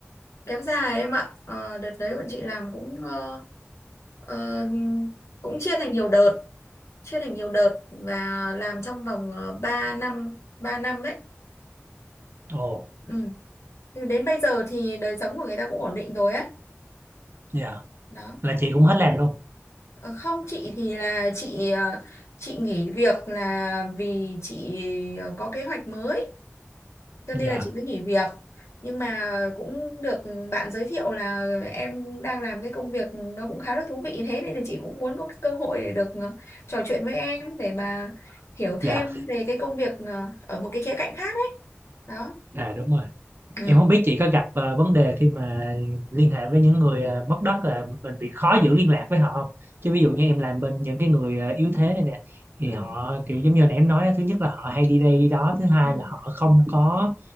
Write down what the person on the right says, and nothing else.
ồ
dạ
là chị cũng hết làm luôn
dạ
dạ
à đúng rồi
Em không biết chị có gặp ờ, vấn đề khi mà liên hệ với những người ờ, mất đất là mình bị khó giữ liên lạc với họ không? Chứ ví dụ như em làm bên những cái người ờ, yếu thế này nè thì
họ kiểu giống như nãy em nói á, thứ nhất là họ hay đi đây đi đó, thứ hai
là họ không có